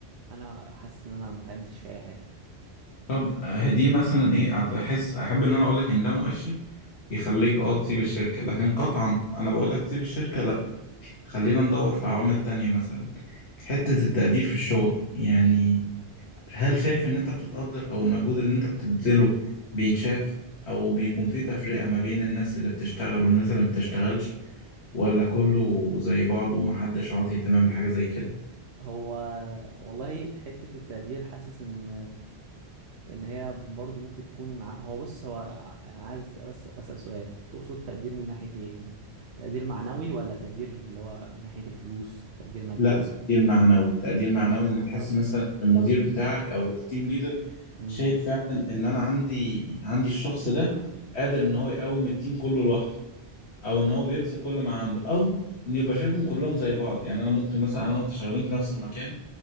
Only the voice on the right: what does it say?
انا حاسس ان انا ما اتعلمتش في اي حاجة
هو والله حتة التقدير حاسس ان لان هي برضو ممكن تكون ع- هو بص هو ع- انا عايز بس اسال سؤال تقصد تقدير من ناحيه ايه يعني تقدير معنوي ولا تقدير اللي هو من ناحيه الفلوس تقدير مادي
معنوي
امم